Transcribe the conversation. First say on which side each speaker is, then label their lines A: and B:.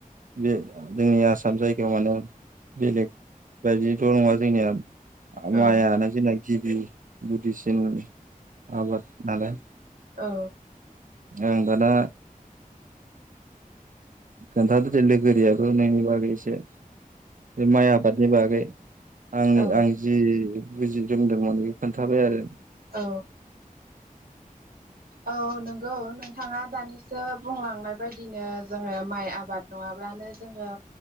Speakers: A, on the right; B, on the right.
A: बे जोंनि आसाम जायगायाव माने बेलेग बायदिथ' नङा जोंनिया माइआनो
B: औ
A: जोंना गिबि गुदिसिन आबाद नालाय ।
B: औ
A: ओं दाना खोन्थादो दे लोगोरियाबो नोंनि बागै एसे बे माइ आबादनि बागै आंनि
B: औ
A: आं जि बुजि रोंदोंमोन बेखौ खोन्थाबाय आरो ।
B: औ औ नोंगौ नोंथाङा दानिसो बुंलांनाय बायदिनो जोङो माइ आबाद नङाब्लानो जोङो